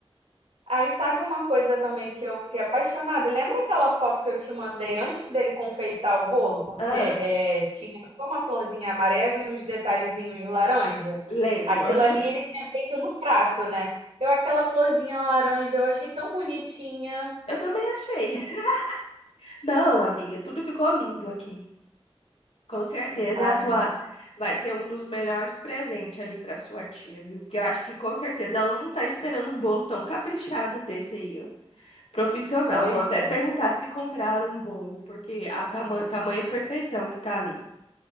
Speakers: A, on the right (about 85°); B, on the left (about 80°).
A: Aí sabe uma coisa também que eu fiquei apaixonada? Lembra aquela foto que eu te mandei antes dele confeitar o bolo? Porque
B: Ah,
A: é, tinha só uma florzinha amarela e uns detalhezinhos laranja.
B: lembro,
A: Aquilo
B: aham.
A: ali ele tinha feito no prato, né? Eu, aquela florzinha laranja, eu achei tão bonitinha.
B: Eu também achei. <laughs> Não, amiga, tudo ficou lindo aqui. Com certeza
A: Ai,
B: a sua vai ser um dos melhores presentes ali para sua tia, viu? Porque eu acho que com certeza ela não tá esperando um bolo tão caprichado desse aí, ó. Profissional,
A: pois
B: vão até
A: é.
B: perguntar se compraram um bolo, porque a tama tamanha perfeição que tá ali.